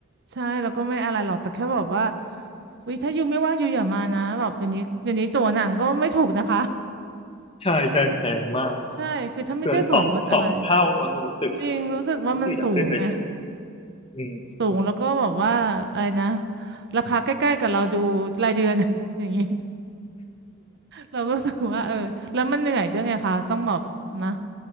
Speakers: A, on the right; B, on the left.
A: ใช่แล้วก็ไม่อะไรหรอกแต่แค่แบบว่า อุ้ยถ้ายูไม่ว่างยูอย่ามานะแบบเดี๋ยวนี้เดี๋ยวนี้ตั๋วหนังก็ไม่ถูกนะคะ
B: <laughs> ใช่ใช่แพงมาก
A: ใช่คือถ้าไม่ได้ส่วนลดอะไร
B: เกินสองสองเท่ามั้งรู้สึก
A: จริงรู้สึกว่ามันสูงไง
B: รู้สึกจะขึ้นไปสองอืม
A: สูงแล้วก็แบบว่าอะไรนะราคาใกล้ๆกับเราดูรายเดือน <laughs> อย่างนี้เราก็รู้สึกว่าเออแล้วมันเหนื่อยด้วยไงคะต้องแบบนะ